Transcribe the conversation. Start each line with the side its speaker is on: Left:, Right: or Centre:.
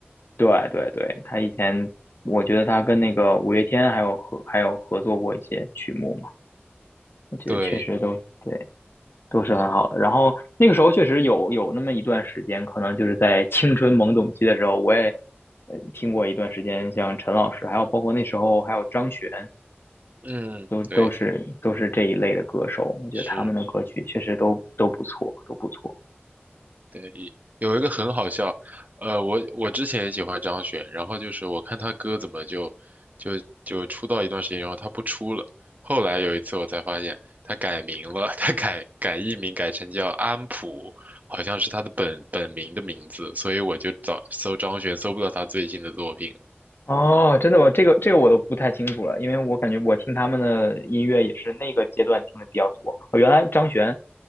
Left: 对对对，他以前我觉得他跟那个五月天还有合还有合作过一些曲目嘛，我觉得确实都对。
Right: 对，
Left: 都是很好的。然后那个时候确实有有那么一段时间，可能就是在青春懵懂期的时候，我也呃听过一段时间，像陈老师，还有包括那时候还有张悬，
Right: 嗯，
Left: 都都是都是这一类的歌手。
Right: 对，
Left: 我觉得他们的歌曲确实都都不错，
Right: 是。
Left: 都不错。
Right: 对，有一个很好笑，呃，我我之前也喜欢张悬，然后就是我看他歌怎么就就就出道一段时间，然后他不出了，后来有一次我才发现他改名了，他改改艺名改成叫安普，好像是他的本本名的名字，所以我就找搜张悬搜不到他最新的作品了，
Left: 哦，真的吗？这个这个我都不太清楚了，因为我感觉我听他们的音乐也是那个阶段听的比较多。哦，原来张悬